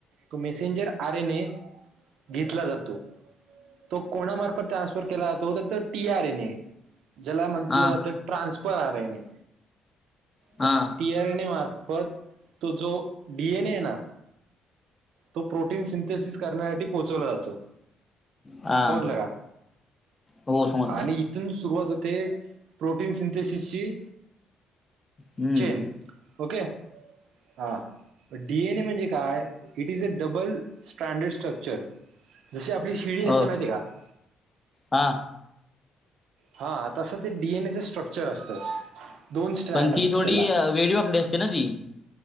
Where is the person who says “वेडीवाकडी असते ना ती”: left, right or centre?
Left